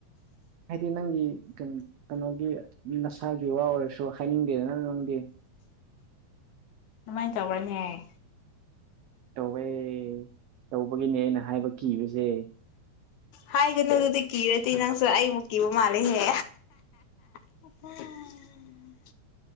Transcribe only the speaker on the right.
ꯍꯥꯏꯗꯤ ꯅꯪꯒꯤ ꯀꯩꯅꯣꯒꯤ ꯅꯁꯥꯒꯤ ꯋꯥ ꯑꯣꯏꯔꯁꯨ ꯍꯥꯏꯅꯤꯡꯗꯦꯗꯅ ꯅꯪꯗꯤ
ꯇꯧꯋꯦ ꯇꯧꯕꯒꯤꯅꯦ ꯑꯩꯅ ꯍꯥꯏꯕ ꯀꯤꯕꯁꯦ